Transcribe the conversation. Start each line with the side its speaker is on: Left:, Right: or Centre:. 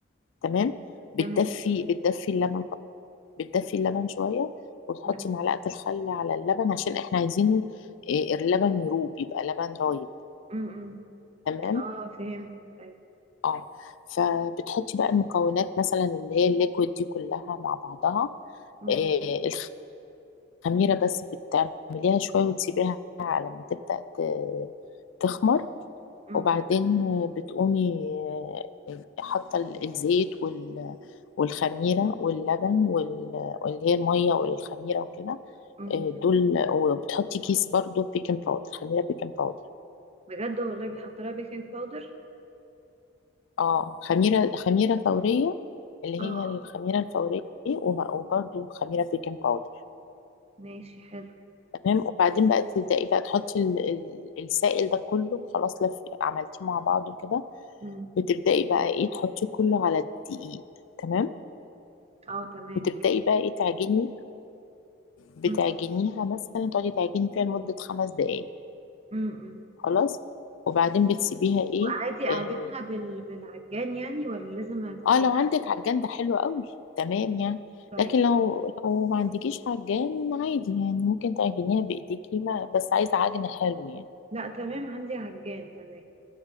Left: تمام بتدفي
Right: تمام
Left: بتدفي اللبن بتدفي اللبن شوية وتحطي
Right: امم
Left: معلقة الخل على اللبن عشان احنا عايزين إيه، اللبن يروب يبقى لبن رايب
Right: امم أمم.
Left: تمام
Right: اه فهمت ايوه
Left: اه فبتحطي بقى المكونات مثلا اللي هي الليكويد دي كلها مع بعضها
Right: امم
Left: إيه، خميرة بس بتعمليها شوية وتسيبيها على ما تبدأ ت- تخمر
Right: امم
Left: وبعدين بتقومي آه، حاطة الزيت وال والخميرة واللبن وال- واللي هي المية والخميرة وكده
Right: أمم.
Left: آه، دول وبتحطي كيس برضو بيكنج باودر خميرة بيكنج باودر
Right: بجد والله بيحط لها بيكنج باودر
Left: اه خميرة خميرة فورية اللي
Right: اه
Left: هي الخميرة الفورية دي وم- وبرضو خميرة بيكنج باودر
Right: ماشي حلو
Left: تمام وبعدين بقى تبدأي بقى تحطي ال- ال- السائل ده كله خلاص لف عملتيه مع بعضه كده
Right: امم
Left: بتبدأي بقى ايه تحطيه كله على الدقيق تمام
Right: اه تمام
Left: وتبدأي
Right: ماشي
Left: بقى ايه تعجني بتعجنيها
Right: امم
Left: مثلا تقعدي تعجني فيها لمدة خمس دقايق
Right: امم امم.
Left: خلاص وبعدين بتسيبيها ايه
Right: وعادي اعجنها
Left: اه,
Right: بال... بالعجان يعني ولا لازم هتتعجن
Left: آه لو عندك عجان ده حلو قوي تمام يعني
Right: طيب
Left: لكن لو لو ما عندكيش عجان عادي يعني ممكن تعجنيها بإيديكي ما بس عايزة عجن حلو يعني
Right: لا تمام عندي عجان تمام